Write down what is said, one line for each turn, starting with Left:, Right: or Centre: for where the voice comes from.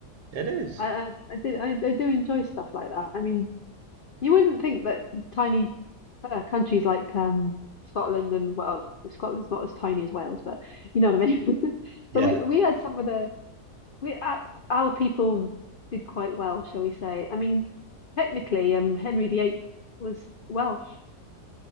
Right: It is,
Left: I, I, I did, I, I do enjoy stuff like that. I mean, You wouldn't think that tiny uh, countries like um, Scotland and Wales, Scotland's not as tiny as Wales, but you know what I mean. <laughs>
Right: yeah.
Left: But we we had some of the we our, our people did quite well, shall we say? I mean, technically, um, Henry the Eighth was Welsh.